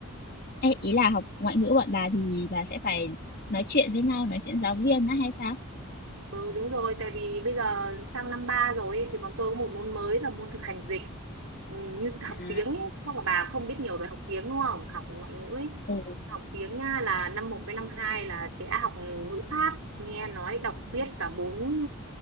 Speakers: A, on the left (about 45°); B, on the right (about 75°).
A: Ê, ý là học ngoại ngữ bọn bà thì bà sẽ phải nói chuyện với nhau, nói chuyện giáo viên á hay sao?
B: Ừ đúng rồi, tại vì bây giờ sang năm ba rồi ấy, thì bọn tôi có một môn mới là môn thực hành dịch. Ừ, như học
A: À,
B: tiếng ấy, chắc là bà không biết nhiều về học tiếng đúng không? Học ngoại ngữ ấy.
A: Ừ.
B: Học tiếng nha là năm một với năm 2 là sẽ học ngữ pháp, nghe nói, đọc, viết cả bốn